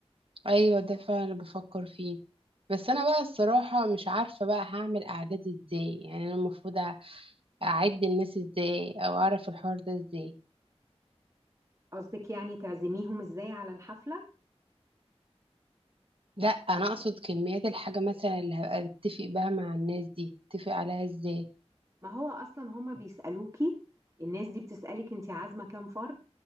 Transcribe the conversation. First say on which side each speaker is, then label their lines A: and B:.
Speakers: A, on the right; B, on the right.
A: أيوة ده فعلا اللي بفكر فيه بس أنا بقى الصراحة مش عارفة بقى هعمل أعداد إزاي يعني أنا المفروض أ- أعد الناس إزاي أو أعرف الحوار ده إزاي
B: قصدك يعني تعزميهم ازاي على الحفلة
A: لا أنا أقصد كميات الحاجة مثلا اللي هبقى بتفق بها مع الناس دي أتفق عليها إزاي
B: ما هو اصلا هما بيسالوكي الناس دي بتسالك انت عازمه كام فرد